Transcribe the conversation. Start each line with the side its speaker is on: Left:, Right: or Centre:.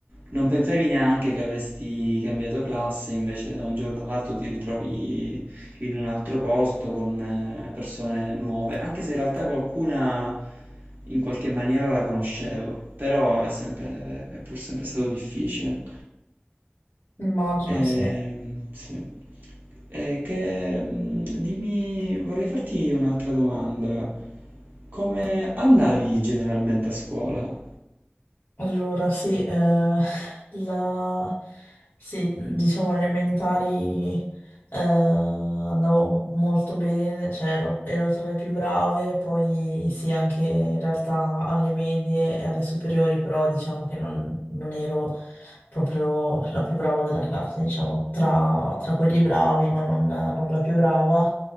Right: non pensavi neanche che avresti cambiato classe, invece da un giorno all'altro ti ritrovi in un altro posto con eh, persone nuove, anche se in realtà qualcuna in qualche maniera la conoscevo, però è sempre, è pur sempre stato difficile.
Left: immagino,
Right: Ehm,
Left: sì.
Right: sì. Eh, che, mm, dimmi, vorrei farti un'altra domanda. Come andavi generalmente a scuola?
Left: Allora, sì, eh, la- sì, diciamo elementari eh, andavo molto bene, cioè ero, ero tra le più brave, poi sì, anche in realtà alle medie e alle superiori, però diciamo che non, non ero proprio la più brava della classe, diciamo, tra, tra quelli bravi, ma non, non la più brava.